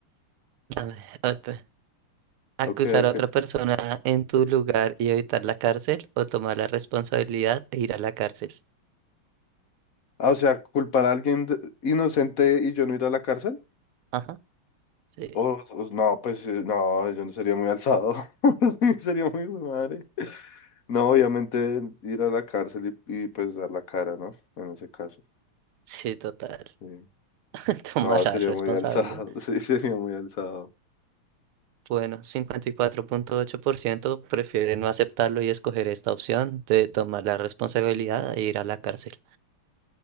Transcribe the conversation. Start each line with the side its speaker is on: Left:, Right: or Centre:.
Right: Dame otra. Acusar
Left: Ok, ok.
Right: a otra persona en tu lugar y evitar la cárcel o tomar la responsabilidad de ir a la cárcel.
Left: Ah, o sea, culpar a alguien de- inocente y yo no ir a la cárcel.
Right: Ajá, sí,
Left: O, o- no, pues eh, no, yo no sería muy alzado. <laughs> Sí, Sería muy hijo de madre. No, obviamente ir a la cárcel y, y, pues dar la cara, ¿no? En ese caso.
Right: sí, total.
Left: sí.
Right: <laughs> Tomar
Left: No, sería
Right: la responsabilidad.
Left: muy alzado. <laughs> Sí, sería muy alzado.
Right: Bueno, cincuenta y cuatro punto ocho por ciento prefieren no aceptarlo y escoger esta opción de tomar la responsabilidad e ir a la cárcel.